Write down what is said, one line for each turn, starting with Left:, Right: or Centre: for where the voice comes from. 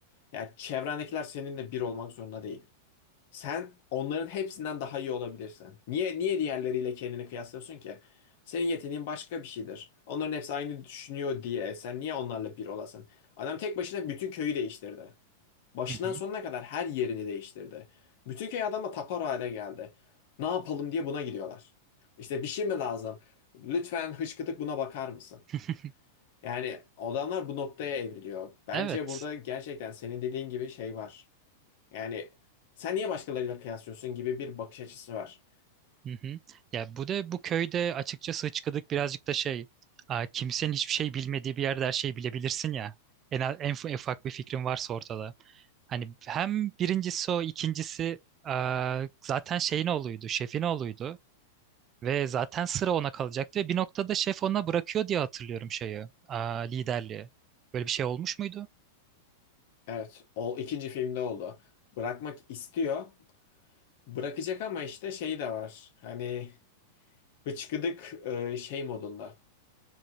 Left: Ya çevrendekiler seninle bir olmak zorunda değil. Sen onların hepsinden daha iyi olabilirsin. Niye niye diğerleriyle kendini kıyaslıyorsun ki? Senin yeteneğin başka bir şeydir. Onların hepsi aynı düşünüyor diye sen niye onlarla bir olasın? Adam tek başına bütün köyü değiştirdi. Başından
Right: Hı hı.
Left: sonuna kadar her yerini değiştirdi. Bütün köy adama tapar hale geldi. Ne yapalım diye buna gidiyorlar. İşte bir şey mi lazım? Lütfen hışkıdık buna bakar mısın?
Right: <laughs>
Left: Yani adamlar bu noktaya evriliyor. Bence
Right: Evet.
Left: burada gerçekten senin dediğin gibi şey var. Yani sen niye başkalarıyla kıyaslıyorsun gibi bir bakış açısı var.
Right: Hı hı. Ya bu da bu köyde açıkçası hıçkıdık birazcık da şey a, kimsenin hiçbir şey bilmediği bir yerde her şeyi bilebilirsin ya. En, az- en, en ufak bir fikrin varsa ortada. Hani hem birincisi o ikincisi a, zaten şeyin oğluydu şefin oğluydu. Ve zaten sıra ona kalacaktı ve bir noktada şef ona bırakıyor diye hatırlıyorum şeyi a, liderliği. Böyle bir şey olmuş muydu?
Left: Evet, o ikinci filmde oldu. Bırakmak istiyor. Bırakacak ama işte şey de var. Hani bıçkıdık e, şey modunda.